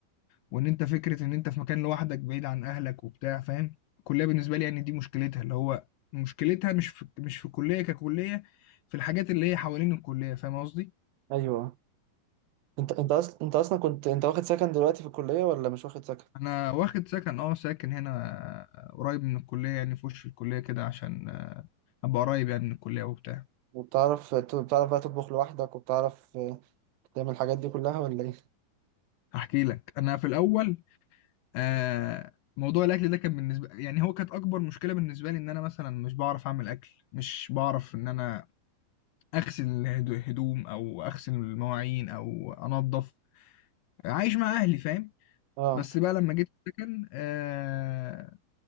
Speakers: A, on the left (about 80°); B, on the right (about 80°).
A: وإن أنت فكرة إن أنت في مكان لوحدك بعيد عن أهلك وبتاع فاهم الكلية بالنسبة لي يعني دي مشكلتها اللي هو مشكلتها مش في مش في الكلية ككلية في الحاجات اللي هي حوالين الكلية فاهم قصدي؟
B: أيوه أنت أنت أصلا أنت أصلا كنت أنت واخد سكن دلوقتي في الكلية ولا مش واخد سكن
A: انا واخد سكن اه ساكن هنا آه، قريب من الكليه يعني في وش الكليه كده عشان آه، ابقى قريب يعني من الكليه وبتاع
B: وبتعرف ت- بتعرف بقى تطبخ لوحدك وبتعرف آه، تعمل الحاجات دي كلها ولا إيه؟
A: هحكي لك انا في الاول آه موضوع الاكل ده كان بالنسبه يعني هو كانت اكبر مشكله بالنسبه لي ان انا مثلا مش بعرف اعمل اكل مش بعرف ان انا اغسل الهدو- الهدوم او اغسل المواعين او انظف عايش مع اهلي فاهم
B: أه
A: بس بقى لما جيت السكن آه